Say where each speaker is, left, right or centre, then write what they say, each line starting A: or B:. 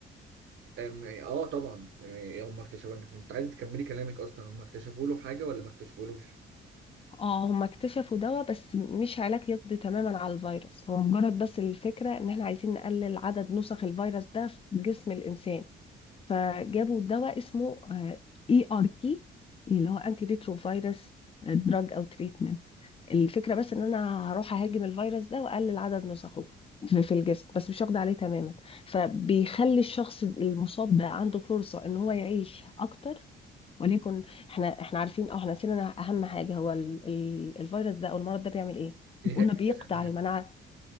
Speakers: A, on the right (about 70°); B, on the left (about 30°).
A: أم- اه طبعا آه، هم اكتشفوا انت كنت عايز تكملي كلامك اصلا هم اكتشفوا له حاجة ولا ما اكتشفولوش؟
B: اه هم اكتشفوا دواء بس مش علاج يقضي تماما على الفيروس هو مجرد بس الفكره ان احنا عايزين نقلل عدد نسخ الفيروس ده في جسم الانسان فجابوا دواء اسمه اي ار تي اللي هو انتي ريترو فيروس دراج او تريتمنت الفكرة بس ان انا هروح اهاجم الفيروس ده واقلل عدد نسخه في في الجسم بس مش هقضي عليه تماما فبيخلي الشخص المصاب ده عنده فرصة ان هو يعيش اكتر وليكن احنا احنا عارفين او احنا نسينا اهم حاجة هو ال ال الفيروس ده او المرض ده بيعمل ايه
A: ايه
B: قلنا
A: هي الجسم
B: بيقضي على المناعة